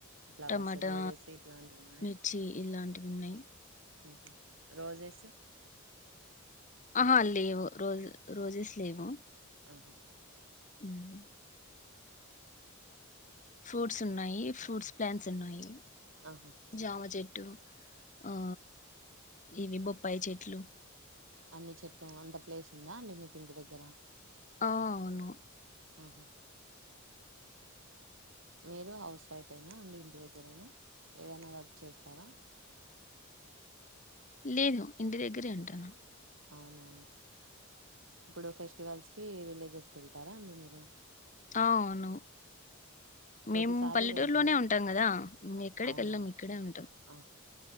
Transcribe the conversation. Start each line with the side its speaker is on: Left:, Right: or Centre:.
Right: ఫ్లవర్స్
Left: టమాటా
Right: రోజెస్ ఇట్లాంటివి ఉన్నాయా?
Left: మిర్చి ఇలాంటివి ఉన్నాయి
Right: ఉహు రోజెస్
Left: ఆహా లేవు రోజ్ రోజెస్ లేవు
Right: ఆహా
Left: ఉమ్ ఫ్రూట్స్ ఉన్నాయి ఫ్రూట్స్ ప్లాంట్స్ ఉన్నాయి
Right: ఆహా
Left: జామ చెట్ ఆ ఇవి బొప్పాయి చెట్లు
Right: అన్ని చెట్లు అంత ప్లేస్ ఉందా అండి మీకు ఇంటి దగ్గర
Left: ఆ అవును
Right: ఆహా మీరు హౌస్ వైఫ్ఎనా అండి ఇంటి దగ్గరైనా ఏదైనా వర్క్ చేస్తారా
Left: లేదు ఇంటి దగ్గరే ఉంటాను
Right: అవునా ఇప్పుడు ఫెస్టివల్స్ కి విలేజెస్ కి వెళ్తారా అండి మీరు
Left: అవును
Right: ప్రతిసారి
Left: మేము పల్లెటూరులోనే
Right: వెళ్తారా?
Left: ఉంటాం కదా ఎక్కడికి
Right: అవునా?
Left: వెళ్లం ఇక్కడే ఉంటాం
Right: ఆహా!